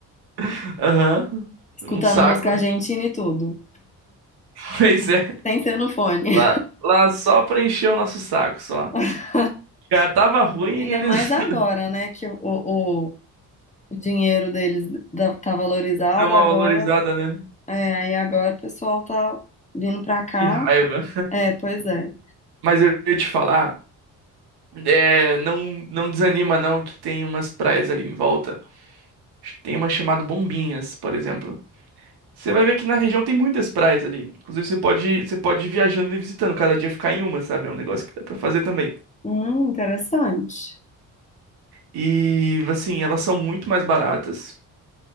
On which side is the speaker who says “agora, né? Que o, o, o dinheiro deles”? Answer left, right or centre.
Left